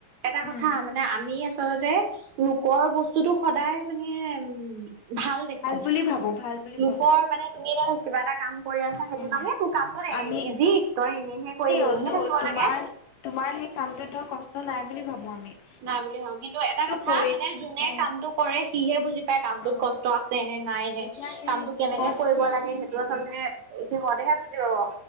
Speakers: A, on the right; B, on the left.
A: এটা
B: উম
A: কথা। মানে আমি আচলতে লোকৰ বস্তুতটো সদায় মানে উম। ভাল দেখো
B: বুলি ভাবো ভাল বুলি
A: লোকৰ
B: ভাবো
A: মানে তুমি এটা। কিবা এটা কাম কৰি আছা সেইটো
B: উম
A: কামেই তোৰ কামটো ন
B: আমি
A: ইজি তই এনেইহে কৰি। এনেহে
B: <inaudible>
A: থাকিব
B: তোমাৰ
A: লাগে
B: তোমাৰ সেই কামটোত ধৰ কষ্ট নাই বুলি ভাবো আমি।
A: নাই বুলি ভা কিন্তু এটা কথা
B: কৰি
A: মানে যোনে
B: অ
A: কামটো। কৰে সিহে বুজি পায় কামটোত
B: অ
A: কষ্ট আছে নে নাই নে
B: এতিয়া সেই
A: কামটো
B: কৃষক
A: কেনেকে
B: অ
A: কৰিব লাগে সে। টো আচলতে সিহঁতেহে বুজি পাব।